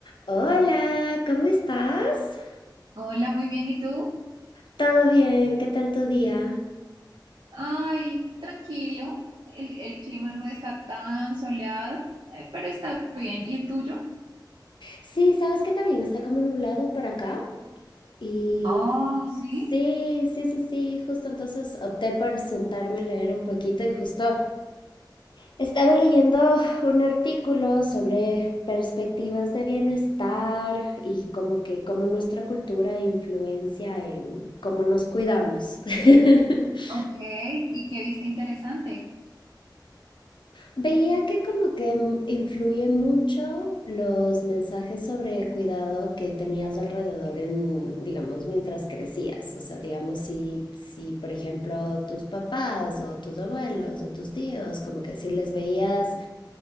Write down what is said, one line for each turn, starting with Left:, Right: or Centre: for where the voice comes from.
Left: Hola, ¿cómo estás?
Right: Hola, muy bien. ¿Y tú?
Left: ¿Todo bien? ¿Qué tal tu día?
Right: Ay, tranquilo. El, el clima no está tan soleado, eh, pero está bien. ¿Y el tuyo?
Left: Sí, sabes que también está como nublado por acá. Y
Right: Oh, sí.
Left: sí, sí, sí, sí, justo entonces opté por sentarme a leer un poquito y justo estaba leyendo un artículo sobre perspectivas de bienestar y como que cómo nuestra cultura influencia en cómo nos cuidamos. <laughs>
Right: Ok. ¿Y qué viste interesante?
Left: Veía que como que m- influye mucho los mensajes sobre cuidado que tenías alrededor en, digamos, mientras crecías. O sea, digamos, si, si por ejemplo tus papás o tus abuelos o tus tíos, como que si les veías